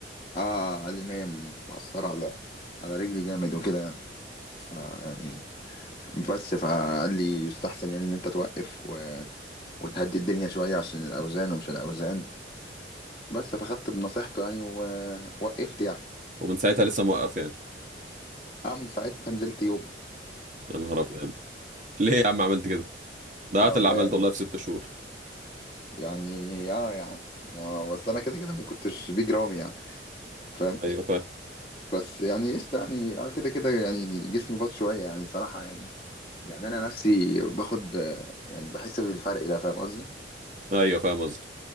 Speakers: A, on the left; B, on the right.
A: اه قال لي ان هي مأثرة على على رجلي جامد وكده يعني ف يعني بس فقال لي يستحسن يعني ان انت توقف و... وتهدي الدنيا شوية عشان الاوزان ومش الاوزان بس فخدت بنصيحته يعني ووقفت يعني
B: ومن ساعتها لسه موقف يعني
A: أعمل ساعتها نزلت يوم
B: يا نهار ابيض ليه يا عم عملت كده ده
A: اه
B: عارف اللي
A: والله
B: عملته
A: يعني
B: والله في ست شهور
A: يعني اه يعني ما- بس انا كده كده ما كنتش بيج رامي يعني فاهم
B: ايوه فاهم
A: بس يعني قشطه يعني اه كده كده يعني جسمي باظ شويه يعني صراحه يعني يعني انا نفسي باخد آه، يعني بحس بالفرق ده فاهم قصدي
B: ايوه فاهم قصدي